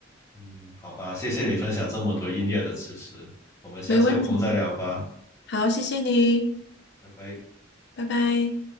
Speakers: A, on the left (about 15°); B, on the left (about 55°).
A: 嗯，好吧，谢谢你分享这么多音乐的知识，我们下次有空再聊吧，
B: 没问题。好，谢谢你，
A: 拜拜。
B: 拜拜。